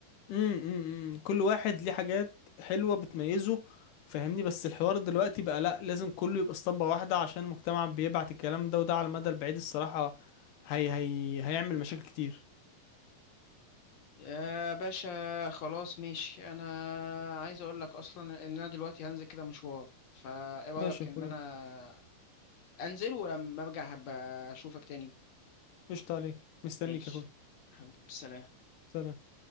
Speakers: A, on the left; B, on the left.
A: أمم، أمم، أمم. كل واحد ليه حاجات حلوة بتميزه فاهمني بس الحوار دلوقتي بقى لا لازم كله يبقى اسطمبة واحدة عشان المجتمع بيبعت الكلام ده وده على المدى البعيد الصراحة هي هي هيعمل مشاكل كتير
B: يا باشا خلاص ماشي انا عايز اقول لك اصلا ان انا دلوقتي هنزل كده مشوار فايه رايك
A: ماشي يا
B: ان
A: اخويا
B: انا انزل ولما ارجع هبقى اشوفك تاني
A: قشطة عليك مستنيك
B: ماشي
A: يا اخويا
B: حبيبي سلام
A: سلام